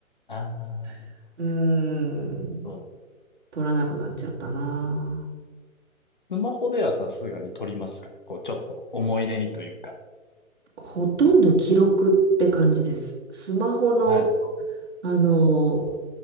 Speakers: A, on the left; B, on the right.
A: ああ、
B: <laughs> うーん
A: そう。
B: 撮らなくなっちゃったな
A: スマホではさすがに撮りますかこう、ちょっと思い出にというか。
B: ほとんど記録って感じですスマホの
A: はい。
B: あの